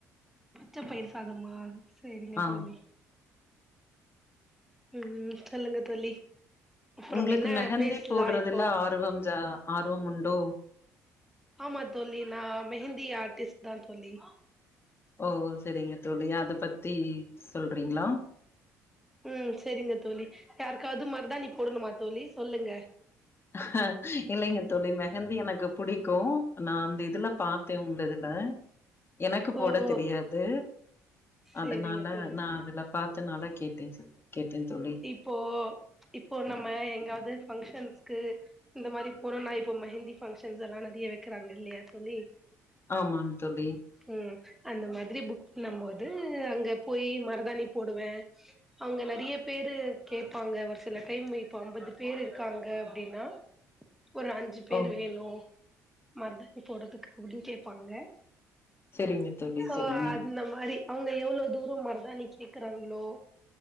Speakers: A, in the centre; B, on the left.
A: உச்ச பயிர் சாதமா செரிங்க
B: ஆ
A: தோழி ம் சொல்லுங்க தோழி அப்புறம்
B: உங்களுக்கு
A: என்ன
B: மெஹந்தி
A: பேசலா
B: போடுறதுல
A: இப்போ
B: ஆர்வம் ஜா ஆர்வம் உண்டோ
A: ஆமா தோழி நா மெஹந்தி ஆர்டிஸ்ட் தா தோழி
B: ஓ செரிங்க தோழி அத பத்தி சொல்றீங்களா
A: ம் செரிங்க தோழி யாருக்காது மருதாணி போடணுமா தோழி சொல்லுங்க
B: அஹ இல்லைங்க தோழி மெஹந்தி எனக்கு பிடிக்கு நா அந்த இதுல பாத்தே உங்க இதுல எனக்கு
A: ஓ
B: போட
A: ஓ
B: தெரியாது
A: சேரிங்க
B: அதனால
A: தோழி
B: நா அதுலப் பாத்தனால தா கேட்டே செ <inaudible> கேட்டேன் தோழி
A: ப்போ இப்போ நம்ம எங்காவது ஃபங்க்ஷன்ஸ்க்கு இந்த மாரி போனு நா இப்போ மெஹந்தி பங்க்ஷன்ஸ் எல்லா நெறைய வைக்கிறாங்க இல்லையா தோழி
B: ஆமாங் தோழி
A: ம் அந்த மாதிரி புக் பண்ணும் போோது அங்க போயி மருதாணி போடுவே அங்க நெறையப் பேரு கேட்பாங்க ஒரு சில டைம் இப்போ ஐம்பது பேர் இருக்காங்க அப்படின்னா ஒரு அஞ்சு பேர்
B: ஓ
A: வேணு மருதானி போடுறதுக்கு அப்டின்னு கேப்பாங்க
B: செரிங்க தோழி
A: சோ
B: செரிங்க
A: அந்த மாரி அவங்க எவ்வளோ தூரம் மரதாானி கேக்குறாங்களோ